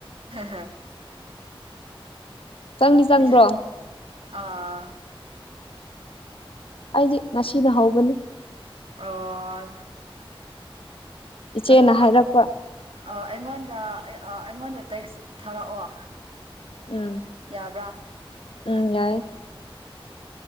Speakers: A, on the right; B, on the left.
A: ꯍꯥ ꯍꯥ
B: ꯆꯪꯗꯤ
A: ꯈꯪꯗꯦꯗ
B: ꯆꯪꯕ꯭ꯔꯣ
A: ꯑꯥ
B: ꯑꯩꯗꯤ ꯉꯁꯤꯅ ꯍꯧꯕꯅꯤ
A: ꯑꯣ
B: ꯏꯆꯦꯅ
A: ꯑꯗꯣ
B: ꯍꯥꯏꯔꯛꯄ
A: ꯑꯩꯉꯣꯟꯗ ꯑꯩꯉꯣꯟꯗ ꯇꯦꯛ ꯊꯥꯔꯛꯑꯣ
B: ꯎꯝ
A: ꯌꯥꯕ꯭ꯔꯥ
B: ꯎꯝ ꯌꯥꯌꯦ